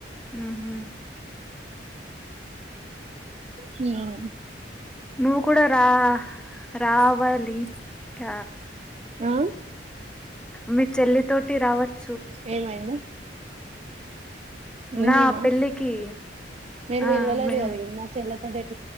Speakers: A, in the centre; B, on the right (about 35°).
A: హమ్
B: హమ్
A: నువ్వు కూడా రా రా వాలి క
B: ఆ
A: మీ చెల్లి తో టి రావత్
B: ఏమైంది ఏమేమా
A: నా పెళ్ళికి
B: మీరు
A: ఆ
B: విలవలేదు
A: మేము
B: కద ఇంగ మా చెల్లెను అ